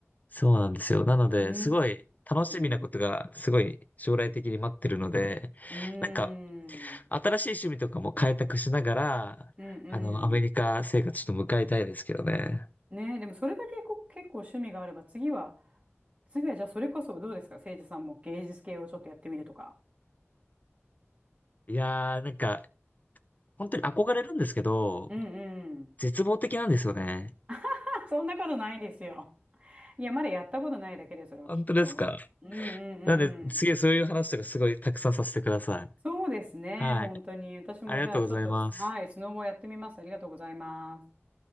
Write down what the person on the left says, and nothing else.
そうなんですよ。なので、
すごい楽しみなことが、
すごい将来的に待ってるので、
なんか、新しい趣味とかも開拓しながら、
あの、アメリカ生活ちょっと迎えたいですけどね。
いやー、なんか、本当に憧れるんですけど、
絶望的なんですよね。
本当ですか
なので、
次そういう話とかすごいたくさんさせてください。
はい。
ありがとうございます。